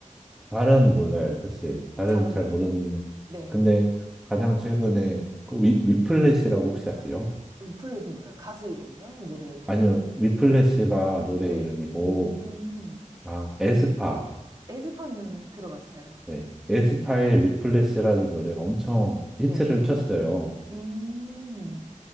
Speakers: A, in the centre; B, on the right.
A: 잘은 몰라요, 사실. 잘은
B: 잘은
A: 잘
B: 몰라요.
A: 모르는데.
B: 네.
A: 근데 가장 최근에 그 위, 위플래시라고 혹시 아세요?
B: 리플렛은 몰라요. 가수 이름이요? 노래 이름이요?
A: 아니요, 위플래시가 노래
B: 네.
A: 이름이고,
B: 음,
A: 아, 에스파.
B: 에스파는 들어봤어요.
A: 네. 에스파의 위플래시라는 노래가 엄청
B: 네.
A: 히트를 쳤어요.
B: 음,